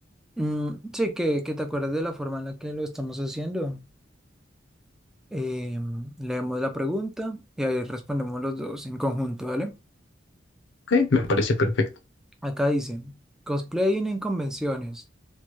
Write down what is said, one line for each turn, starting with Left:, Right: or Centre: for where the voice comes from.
Centre: Mm, sí, que, que te acuerdas de la forma en la que lo estamos haciendo. Eh, leemos la pregunta y ahí respondemos los dos en conjunto, ¿vale?
Left: Ok, me parece perfecto.
Centre: Acá dice, cosplaying en convenciones,